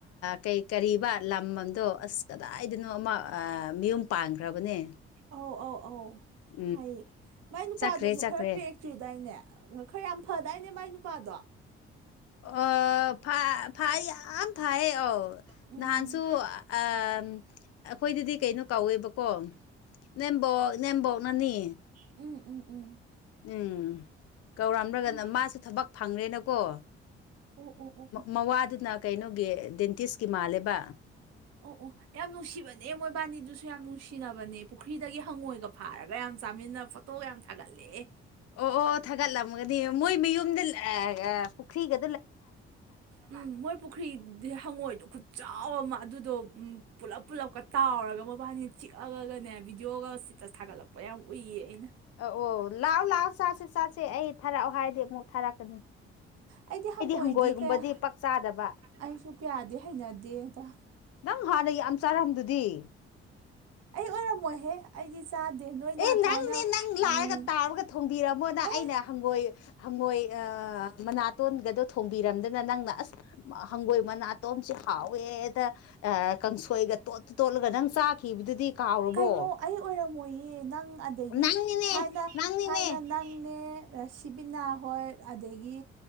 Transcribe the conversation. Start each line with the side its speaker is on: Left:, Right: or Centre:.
Left: ꯀꯩ ꯀꯔꯤꯕ ꯂꯝ ꯑꯗꯣ ꯑꯁ ꯀꯗꯥꯏꯗꯅꯣ ꯑꯃ ꯃꯌꯨꯝ ꯄꯥꯟꯈ꯭ꯔꯕꯅꯦ <inaudible>
Right: ꯑꯧ ꯑꯧ ꯑꯧ ꯍꯥꯏꯌꯦ ꯃꯥꯏ ꯅꯨꯄꯥꯗꯨꯁꯨ
Left: ꯆꯠꯈ꯭ꯔꯦ ꯆꯠꯈ꯭ꯔꯦ
Right: ꯈꯔ ꯀ꯭ꯔꯦꯛ ꯆꯨꯗꯥꯏꯅꯦ ꯈꯔ ꯌꯥꯝ ꯐꯗꯥꯏꯅꯦ ꯃꯥꯏ ꯅꯨꯄꯥ ꯄꯥꯗ
Left: ꯑ ꯐ ꯐꯥꯏ ꯌꯥꯝ ꯐꯥꯏꯌꯦ ꯑ
Right: ꯎꯝ
Left: ꯙꯥꯟꯁꯨ ꯑ ꯑꯩꯈꯣꯏꯗꯗꯤ ꯀꯩꯅꯣ ꯀꯧꯋꯦꯕꯀꯣ ꯅꯦꯝꯕꯣꯛꯅꯦꯝꯕꯣꯛꯅꯅꯤ
Right: ꯎꯝ ꯎꯝ ꯎꯝ
Left: ꯎꯝ ꯀꯧꯔꯝꯅꯒꯅ
Right: ꯎꯝ
Left: ꯃꯥꯁꯨ ꯊꯕꯛ ꯐꯪꯉꯦꯅꯀꯣ
Right: ꯑꯣ ꯑꯣ ꯑꯣ ꯑꯣ
Left: ꯃꯋꯥꯗꯨꯅ ꯀꯩꯅꯣꯒꯤ ꯗꯦꯟꯇꯤꯁꯀꯤ ꯃꯥꯜꯂꯦꯕ
Right: ꯑꯣ ꯑꯣ ꯌꯥꯝ ꯅꯨꯡꯁꯤꯕꯅꯦ ꯃꯣꯏꯕꯥꯅꯤꯗꯨꯁꯨ ꯌꯥꯝ ꯅꯨꯡꯁꯤ ꯁꯤꯅꯕꯅꯦ ꯄꯨꯈ꯭ꯔꯤꯗꯒꯤ ꯍꯪꯉꯣꯏꯒ ꯐꯥꯔꯒ ꯌꯥꯝ ꯆꯥꯃꯤꯟꯅ ꯐꯣꯇꯣ ꯌꯥꯝ ꯊꯥꯒꯠꯂꯛꯑꯦ
Left: ꯑꯣ ꯑꯣ ꯊꯥꯒꯠꯂꯝꯒꯗꯤ ꯃꯣꯏ ꯃꯌꯨꯝꯗ ꯄꯨꯈ꯭ꯔꯤꯒ
Right: ꯎꯝ ꯃꯣꯏ ꯄꯨꯈ꯭ꯔꯤꯗꯤ ꯍꯪꯉꯣꯏꯗꯨ ꯆꯥꯎꯕ ꯑꯃ ꯑꯗꯨꯗꯣ ꯄꯨꯂꯞ ꯄꯨꯂꯞꯀ ꯇꯥꯎꯔꯒ ꯃꯕꯥꯅꯤꯅ ꯆꯤꯛꯑꯒꯅꯦ ꯕꯤꯗꯤꯑꯣꯒ ꯆꯤꯛꯀꯠ ꯊꯥꯒꯠꯂꯛꯄ ꯌꯥꯝ ꯎꯏꯌꯦ ꯑꯩꯅ
Left: ꯑ ꯑꯣ ꯂꯥꯛꯑꯣ ꯂꯥꯛꯑꯣ ꯆꯥꯁꯦ ꯆꯥꯁꯦ ꯑꯩ ꯊꯥꯔꯛꯑꯣ ꯍꯥꯏꯔꯗꯤ ꯑꯃꯨꯛ ꯊꯥꯔꯛꯀꯅꯤ
Right: ꯑꯩꯗꯤ ꯍꯪꯉꯣꯏꯗꯤ
Left: ꯍꯪꯒꯣꯏꯒꯨꯝꯕꯗꯤ
Right: ꯀꯌꯥ
Left: ꯄꯥꯛ ꯆꯥꯗꯕ
Right: ꯑꯩꯁꯨ ꯀꯌꯥꯗꯤ ꯍꯩꯅꯗꯦꯗ
Left: ꯅꯪ ꯍꯥꯟꯅ ꯌꯥꯝ ꯆꯥꯔꯝꯗꯨꯗꯤ
Right: ꯑꯩ ꯑꯣꯏꯔꯝꯃꯣꯏꯍꯦ ꯑꯩꯗꯤ ꯆꯥꯗꯦ ꯅꯣꯏꯅ
Left: ꯑꯦ
Right: ꯊꯥꯏꯅ
Left: ꯅꯪꯅꯦ ꯅꯪ ꯂꯥꯛꯑꯒ
Right: ꯎꯝ
Left: ꯇꯥꯔꯒ ꯊꯣꯡꯕꯤꯔꯝꯃꯣꯅ
Right: ꯑꯦ
Left: ꯑꯩꯅ ꯍꯪꯒꯣꯏ ꯍꯪꯉꯣꯏ ꯃꯅꯥꯇꯣꯟꯒꯗꯣ ꯊꯣꯡꯕꯤꯔꯝꯗꯅ ꯅꯪꯅ ꯑꯁ ꯍꯪꯒꯣꯏ ꯃꯅꯥꯇꯣꯟꯝꯁꯦ ꯍꯥꯎꯋꯦ ꯑꯦꯗ ꯀꯥꯡꯁꯣꯏꯒ ꯇꯣꯠꯠꯇ ꯇꯣꯠꯂꯒ ꯅꯪ ꯆꯥꯈꯤꯕꯗꯨꯗꯤ ꯀꯥꯎꯔꯕꯣ
Right: ꯀꯩꯅꯣ ꯑꯩ ꯑꯣꯏꯔꯝꯃꯣꯏꯌꯦ ꯅꯪ ꯑꯗꯒꯤ
Left: ꯅꯪꯅꯤꯅꯦ
Right: ꯊꯥꯏꯅ
Left: ꯅꯪꯅꯤꯅꯦ
Right: ꯊꯥꯏꯅ ꯅꯪꯅꯦ ꯁꯤꯕꯤꯅꯥ ꯍꯣꯏ ꯑꯗꯒꯤ